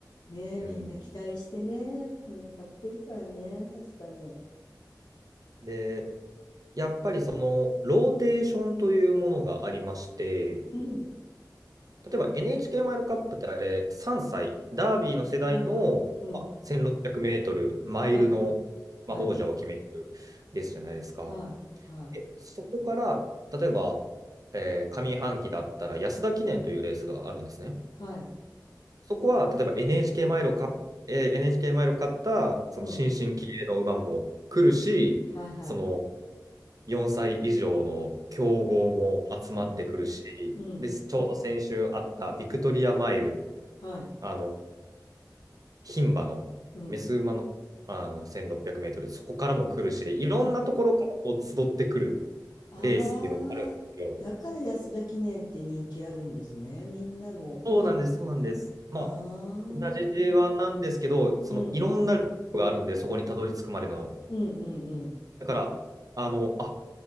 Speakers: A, on the left; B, on the right.
A: ねえ、
B: うん。
A: みんな期待してね。みんな買ってるからね。確かに。
B: で、やっぱりその、ローテーションというものがありまして、
A: うん。
B: 例えば NHK マイルカップってあれ、3歳、ダービーの世代の、
A: はいはい。うん。
B: まあ、1600メートル、マイルの、
A: はい。はい。
B: まあ、王者を決めるですじゃないですか。
A: はい。はい。
B: でそこから、例えば、えー上半期だったら安田記念というレースがあるんですね。
A: はい。
B: そこは、例えば NHK マイルをかえー NHK マイルを買った、その新進気鋭の馬も来るし、
A: うん。はいはい。
B: その4歳以上の競合も集まってくるし、
A: うん。うん。
B: で、ちょうど先週あったビクトリアマイル、
A: はい。
B: あの、牝馬の、
A: うん。
B: メス馬の、あの、1600メートル、そこからも来るしで、いろんなところからこう集ってくる
A: はい。ああ、
B: レースっていうのがあるんですよ。
A: だから安田記念って人気あるんですね。みんなの、
B: そうなんです、
A: そういう。
B: そうなんです。まあ、
A: ああ。
B: 同じ J1 なんですけど、そのいろんなルートがあるんで、
A: うんうん。
B: そこにたどり着くまでの。
A: うんうんうん。
B: だから、あの、あ、